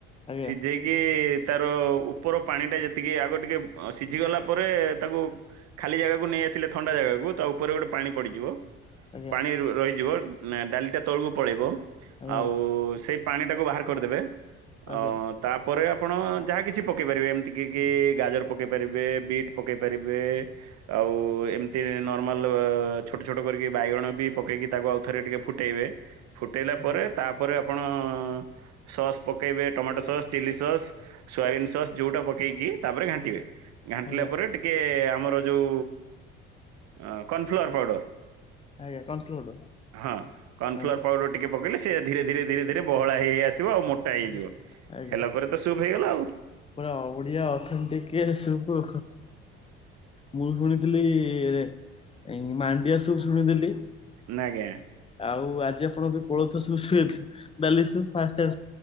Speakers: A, on the left; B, on the right.
A: ଆଜ୍ଞା
B: ସିଜେଇ ଇ ତାର ଉପର ପାଣିଟା ଯେତିକି ଆଗ ଟିକେ ଅ ସିଝି ଗଲା ପରେ ତାକୁ ଖାଲି ଜାଗାକୁ ନେଇଆସିଲେ ଥଣ୍ଡା ଜାଗାକୁ ତ ଉପରେ ଗୋଟେ ପାଣି ପଡ଼ିଯିବ
A: ଆଜ୍ଞା
B: ପାଣି ର ରହିଯିବ। ନାଁ ଡାଲିଟା ତଳୁକୁ ପଳେଇବ
A: ଆଜ୍ଞା
B: ଆଉ ସେଇ ପାଣିଟାକୁ ବାହାର କରିଦେବେ।
A: ଆଜ୍ଞା
B: ଅ ତା ପରେ ଆପଣ ଯାହା କିଛି ପକେଇ ପାରିବେ ଏମିତି କି କି ଗାଜର ପକେଇ ପାରିବେ ବିଟ୍ ପକେଇ ପାରିବେ। ଆଉ ଏମିତି ନର୍ମାଲ ଛୋଟ ଛୋଟ କରିକି ବାଇଗଣ ବି ପକେଇକି ତାକୁ ଆଉ ଥରେ ଟିକେ ଫୁଟେଇବେ ଫୁଟେଇଲା
A: ଆଜ୍ଞା
B: ପରେ ତାପରେ ଆପଣ ସସ୍ ପକେଇବେ tomato sauce chilli sauce. Soybean sauce ଯଉଟା ପକେଇକି ତାପରେ ଘାଣ୍ଟିବେ। ଘାଣ୍ଟିଲା
A: ଆଜ୍ଞା
B: ପରେ ଟିକେ ଆମର ଯୋଉ ଉଁ କନଫ୍ଲୋର୍ ପାଉଡ଼ର
A: ଆଜ୍ଞା କନଫ୍ଲୋର
B: ହଁ କନଫ୍ଲୋର୍
A: ହଁ
B: ପାଉଡ଼ର ଟିକେ ପକେଇଲେ ସେ ଧୀରେ ଧୀରେ ଧୀରେ ଧୀରେ ବହଳା ହେଇ ଆସିବ ଆଉ ମୋ ଟା ହେଇଯିବ।
A: ଆଜ୍ଞା ଆଜ୍ଞା
B: ହେଲା ପରେ ତ ସୁପ୍ ହେଇଗଲା ଆଉ।
A: ପୁରା ଓଡ଼ିଆ ଅଥେଣ୍ଟିକ୍ ଇଏ ସୁପୁ। ମୁଁ ଶୁଣିଥିଲି ରେ ଏ ମାଣ୍ଡିଆ ସୁପ୍ ଶୁଣିଥିଲି।
B: ନାଁ ଆଜ୍ଞା।
A: ଆଉ ଆଜି ଆପଣ ବି କୋଳଥ ସୁଶୁ ଏଥି ଡାଲି ସୁ ଫାଷ୍ଟେ